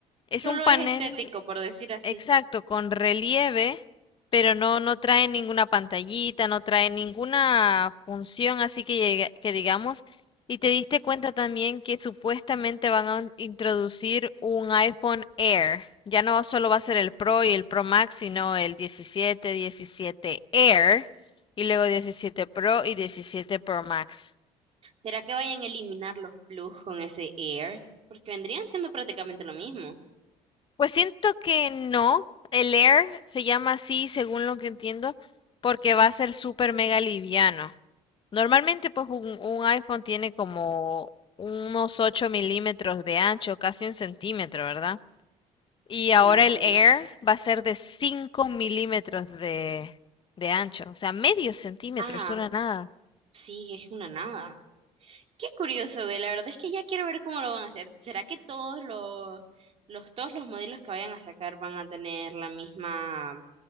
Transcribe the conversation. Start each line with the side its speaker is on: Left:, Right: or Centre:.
Left: es
Right: Solo
Left: un panel
Right: es estético, por decir así.
Left: Exacto, con relieve, pero no, no trae ninguna pantallita, no trae ninguna función, así que, llegue- que digamos, y te diste cuenta también que supuestamente van a introducir un iPhone Air. Ya no solo va a ser el Pro y el Pro Max, sino el diecisiete 17 Air y luego 17 Pro y diecisiete Pro Max.
Right: ¿Será que vayan a eliminar los plus con ese Air? Porque vendrían siendo prácticamente lo mismo.
Left: Pues siento que no, el Air se llama así, según lo que entiendo, porque va a ser súper mega liviano. Normalmente, pues un, un iPhone tiene como unos 8 milímetros de ancho, casi un centímetro, ¿verdad? Y
Right: Sí,
Left: ahora
Right: más
Left: el
Right: o menos.
Left: Air va a ser de 5 milímetros de, de ancho, o sea, medio centímetro,
Right: Ah,
Left: es una nada.
Right: Sí, es una nada. Qué curioso, ve. La verdad es que ya quiero ver cómo lo van a hacer. ¿Será que todos los, los, todos los modelos que vayan a sacar van a tener la misma